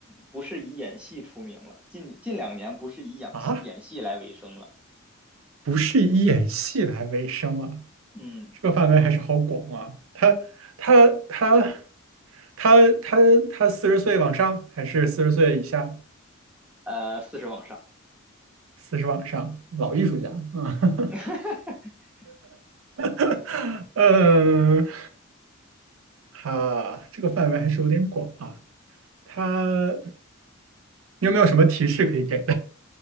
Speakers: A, in the centre; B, on the right (about 70°).
A: 不是以演戏出名了，近近两年不是以演演戏来为生了。
B: 啊，不是以演戏来为生啊，
A: 嗯，
B: 这个范围还是好广啊。他他他他他他四十岁往上还是四十岁以下？
A: 呃，四十往上，
B: 四十往上，老艺术家，嗯，
A: <laughs>
B: <laughs> 嗯，哈，这个范围还是有点广啊。他，你有没有什么提示可以给？